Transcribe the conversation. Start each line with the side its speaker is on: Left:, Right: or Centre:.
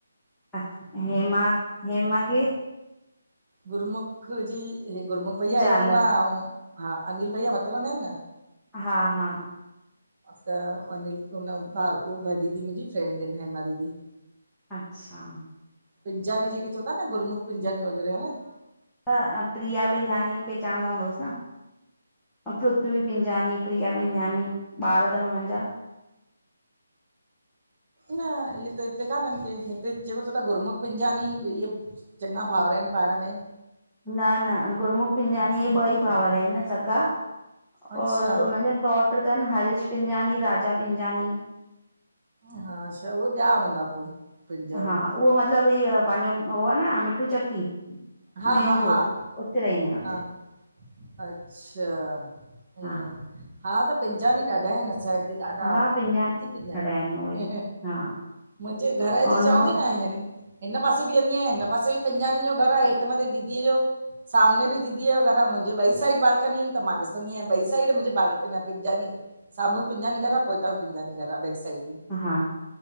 Centre: अ हेमा- हेमा केर?
Right: गुरमुख जी हे गुरमुख भईया
Centre: ज़ाल
Right: हेठि रहंदो आ, अउं हा अनिल भईया मथे रहंदा आहिनि न?
Centre: हा- हा।
Right: त अनिल हुन भाउ ह दीदी मुंहिंजी फ्रेंंड आहिनि हेमा दीदी।
Centre: अच्छा।
Right: पिंजानी जेके चवंदा अन गुरमुख पिंजानी वग़ैरह, हं
Centre: तं प्रिया पिंजानी पहचांणदा हूंदवस तां? पृथ्वी पिंजानी, प्रिया पिंजानी ॿार अथनि हुनननि जा।
Right: न इहे त हिते कान्हनि के, हिते जेको चो था गुरमुख पिंजानी इहे चङा भाउर आहिनि पाण में।
Centre: न -न गुरमुख पिंजाणी इहे ॿई भाउर आहिनि सॻा,
Right: अच्छा
Centre: और उन्हनि जा सौट्र तन हरीश पिंजानी, राजा पिंजानी।
Right: हा अच्छा उहे ॿिया हूंदा पोइ पिंजानी
Centre: हा उहो मतिलबु इह पंहिंजो उह आहे न मिट्टू चक्की
Right: हा
Centre: मेन
Right: हा
Centre: रोड
Right: हा
Centre: उते रहंदा आहिनि उ हुते।
Right: हा अच्छा ईअं
Centre: हा
Right: हा त पिंजानी ॾाढा आहिनि असांजेा ॾाढा
Centre: हा
Right: ॾाढा
Centre: पिंजानी
Right: अती पिंजानी
Centre: ॾाढा आहिनि उहे हा
Right: मुंहिंजे घर
Centre: और
Right: जे चवंद
Centre: हुन
Right: न आहिनि। हिन पासे बि वेंंदी आहियां हिन पासे बि पिंजानी जो घरु आहे हेठि मथे दीदीअ जो सामने बि दीदीअ जो घर आहे मुंहिंजे ॿई साइड बालकनी आहिनि त मां ॾिसंदी आहियां ॿई साइड मुंहिंजे बालकनी पिंजानी साम्हूं बि पिंजानी घरा पोइत बि पिंजानी घर आ बैक साइड बि
Centre: हा